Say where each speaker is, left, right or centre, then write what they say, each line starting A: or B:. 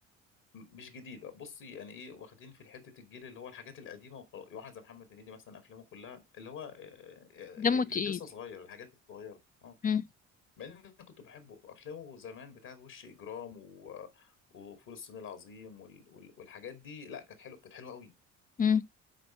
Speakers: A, on the left; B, on the left.
A: مش جديده بصي يعني ايه واخدين في حته الجيل اللي هو الحاجات القديمه وخلاص واحد زي محمد هنيدي مثلا افلامه كلها اللي هو آه، آه،
B: دمه
A: اللي
B: تقيل
A: لسه صغير الحاجات الصغيره اه
B: مم،
A: مع ان انا كنت بحبه افلامه زمان بتاعت وش اجرام و وفول الصين العظيم وال... وال... والحاجات دي لا كانت حلوه كانت حلوه قوي
B: مم،